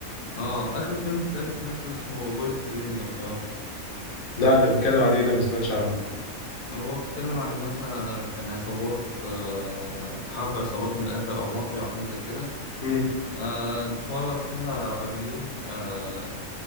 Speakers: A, on the left; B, on the left.
A: اه اخر فيلم بتهيألي سمعته اسمه بوليت ترين لو تعرفه
B: لا ده بيتكلم عن ايه ده ما سمعتش عنه
A: هو بيتكلم عن مثلا كان عصابات آه، حرب عصابات من الاخر او مافيا او حاجه زي كده
B: امم
A: آه، اتورط فيها راجلين آه،